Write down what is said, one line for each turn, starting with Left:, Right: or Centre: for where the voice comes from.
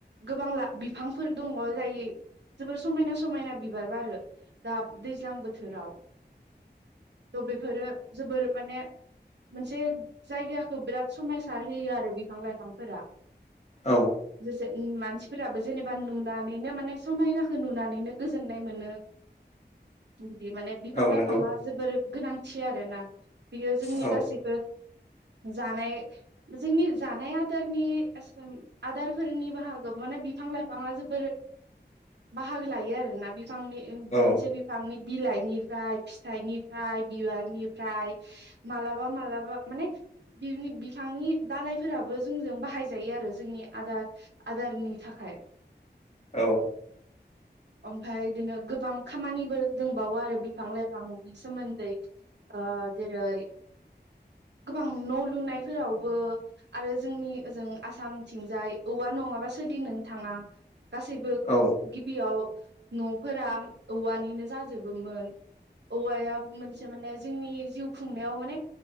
Right: गोबां ला बिफांफोर दङ जाय जोबोर समायना समायना बिबार बारो दा दैज्लां बोथोराव त' बेफोरो जोबोर माने मोनसे जायगाखौ बिराद समायसार होयो आरो बि फां लाइफांफोरा
Left: औ
Right: <unintelligible> मानसिफोराबो जेनेबा नुनानैनो माने समायनाखौ नुनानैनो गोजोननाय मोनो बि माने बिफां
Left: औ
Right: लाइफाङा
Left: नंगौ
Right: जोबोर गोनांथि आरो ना बियो जोंनि
Left: औ
Right: गासैबो जानाय जोंनि जानाय आदारनि <unintelligible> आदारफोरनि बाहागो माने बिफां लाइफाङा जोबोर बाहागो लायो आरोना बि फांनि <unintelligible>
Left: औ
Right: मोनसे बिफांनि बिलाइनिफ्राय फिथाइनिफ्राय बिबारनिफ्राय मालाबा मालाबा माने <unintelligible> बिफांनि दालाइ फोराबो जोंजों बाहाय जायो आरो जोंनि आदार आदारनि थाखाय
Left: औ
Right: ओमफाय इदिनो गोबां खामानिबो दोंबावो आरो बिफां लाइफांनि सोमोन्दै ओ जेरै गोबां न' लुनायफोरावबो आरो जोंनि ओजों आसामथिंजाय औवा नङाबा सोलिनोन थाङा गासैबो
Left: औ
Right: गिबियाव न'फोरा औवानिनो जाजोबोमोन औवाया मोनसे माने जोंनि जिउ खुंनायाव माने